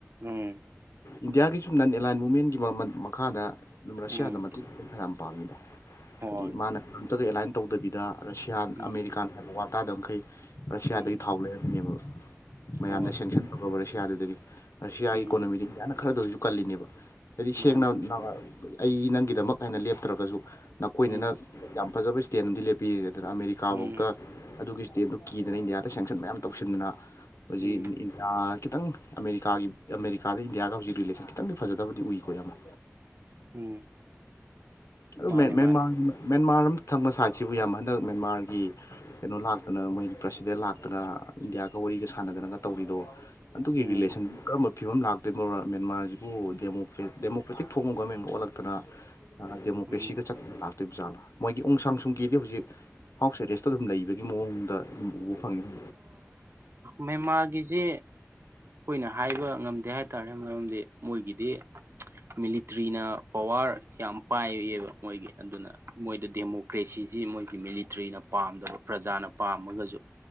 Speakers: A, on the right; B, on the left.
A: ꯎꯝ
B: ꯏꯟꯗꯤꯌꯥꯒꯤ ꯁꯨꯝꯅꯟ ꯑꯦꯂꯥꯏꯟ ꯃꯨꯃꯦꯟꯒꯤ ꯃꯈꯥꯗ ꯔꯁꯤꯌꯥꯗ
A: ꯎꯝ
B: ꯃꯇꯦꯡ ꯌꯥꯝ ꯄꯥꯡꯉꯤꯗ
A: ꯍꯣꯏ
B: ꯍꯥꯏꯗꯤ ꯃꯥꯅ ꯀꯝꯇꯒ ꯑꯦꯂꯥꯏꯟ ꯇꯧꯗꯕꯤꯗ ꯔꯁꯤꯌꯥꯟ
A: ꯎꯝ
B: ꯑꯃꯦꯔꯤꯀꯥꯅ ꯍꯥꯏꯕ ꯋꯥ ꯇꯥꯗꯕ ꯃꯈ ꯃꯈꯩ ꯔꯁꯤꯌꯥꯗꯒꯤ
A: ꯎꯝ
B: ꯊꯥꯎ ꯂꯩꯔꯝꯅꯦꯕ ꯃꯌꯥꯝꯅ
A: ꯍꯣꯏ
B: ꯁꯦꯡꯁꯟ ꯇꯧꯔꯕ ꯔꯁꯤꯌꯥꯗꯨꯗꯒꯤ ꯔꯁꯤꯌꯥꯒꯤ
A: ꯎꯝ
B: ꯏꯀꯣꯅꯣꯃꯤꯗꯤ ꯏꯟꯗꯤꯌꯥꯅ ꯈꯔꯗ ꯑꯣꯏꯁꯨ ꯀꯜꯂꯤꯅꯦꯕ ꯍꯥꯏꯗꯤ
A: ꯃꯥꯅꯦ
B: ꯁꯦꯡꯅ ꯑꯩ ꯅꯪꯒꯤꯗꯃꯛ ꯍꯥꯏꯅ ꯂꯦꯞꯇ꯭ꯔꯒꯁꯨ ꯅꯀꯣꯏꯅꯅ
A: ꯎꯝ
B: ꯌꯥꯝ ꯐꯖꯕ ꯏꯁꯇꯦꯠ ꯑꯃꯗꯤ ꯂꯦꯞꯄꯤꯔꯤꯦ ꯑꯗꯨꯅ ꯑꯃꯦꯔꯤꯀꯥꯐꯧꯗ
A: ꯎꯝ
B: ꯑꯗꯨꯒꯤ ꯏꯁ ꯑꯗꯨ ꯀꯤꯗꯅ ꯏꯟꯗꯤꯌꯥꯗ ꯁꯦꯡꯁꯟ ꯃꯌꯥꯝ ꯇꯧꯁꯤꯟꯗꯅ ꯍꯧꯖꯤꯛ
A: ꯎꯝ
B: ꯏꯟꯗꯤꯌꯥ ꯈꯤꯇꯪ ꯑꯃꯦꯔꯤꯀꯥꯒꯤ ꯑꯃꯦꯔꯤꯀꯥꯗ ꯏꯟꯗꯤꯌꯥꯒ ꯍꯧꯖꯤꯛ ꯔꯤꯂꯦꯁꯟ ꯈꯤꯇꯪꯗꯤ ꯐꯖꯗꯕꯗꯤ ꯎꯏꯀꯣ ꯌꯥꯝꯅ
A: ꯎꯝ
B: ꯑꯗꯨ
A: ꯃꯥꯅꯦ
B: ꯃ
A: ꯃꯥꯅꯦ
B: ꯃꯦꯟꯃꯥꯔ ꯃꯦꯟꯃꯥꯔ ꯊꯪꯕ ꯁꯥꯏꯠꯁꯤꯕꯨ ꯌꯥꯝ ꯍꯟꯗꯛ ꯃꯦꯟꯃꯥꯔꯒꯤ ꯀꯩꯅꯣ ꯂꯥꯛꯇꯅ ꯃꯣꯏꯒꯤ ꯄ꯭ꯔꯁꯤꯗꯦꯟ ꯂꯥꯛꯇꯅ ꯏꯟꯗꯤꯌꯥ ꯒ ꯋꯥꯔꯤꯒ ꯁꯥꯟꯅꯗꯅꯒ ꯇꯧꯔꯤꯗꯣ ꯑꯗꯨꯒꯤ
A: ꯎꯝ
B: ꯔꯤꯂꯦꯁꯟ ꯀꯔꯝꯕ ꯐꯤꯕꯝ ꯂꯥꯛ ꯃꯦꯟꯃꯥꯔꯁꯤꯕꯨ ꯗꯃꯀ꯭ꯔ ꯗꯦꯃꯣꯀ꯭ꯔꯦꯇꯤꯛ ꯐꯣꯡꯕ ꯒꯣꯔꯃꯦꯟꯒ ꯑꯣꯜꯂꯛꯇꯅ ꯗꯦꯃꯣꯀ꯭ꯔꯦꯁꯤꯒ
A: ꯎꯝ
B: ꯆꯠꯇꯅ ꯂꯥꯛꯇꯣꯏ ꯖꯥꯠꯂꯥ ꯃꯣꯏꯒꯤ ꯎꯡꯁꯥꯡ ꯁꯨꯡꯒꯤꯗꯤ ꯍꯧꯖꯤꯛ ꯍꯥꯎꯁ ꯑꯦꯔꯦꯁꯇ ꯑꯗꯨꯝ ꯂꯩꯕꯒꯤ ꯃꯑꯣꯡꯗ ꯑꯗꯨꯝ ꯎꯕ ꯐꯪꯉꯤ
A: ꯃꯦꯝꯃꯥꯒꯤꯁꯤꯦ ꯑꯩꯈꯣꯏꯅ ꯍꯥꯏꯕ ꯉꯝꯗꯦ ꯍꯥꯏꯇꯥꯔꯦ ꯃꯔꯝꯗꯤ ꯃꯣꯏꯒꯤꯗꯤ ꯃꯤꯂꯤꯇ꯭ꯔꯤꯅ ꯄꯋꯥꯔ ꯌꯥꯝ ꯄꯥꯏꯌꯦꯕ ꯃꯣꯏꯒꯤ ꯑꯗꯨꯅ ꯃꯣꯏꯗ ꯗꯦꯃꯣꯀ꯭ꯔꯦꯁꯤꯁꯤ ꯃꯣꯏꯒꯤ ꯃꯤꯂꯤꯇ꯭ꯔꯤꯅ ꯄꯥꯝꯗꯕ ꯄ꯭ꯔꯖꯥꯅ ꯄꯥꯝꯃꯒꯁꯨ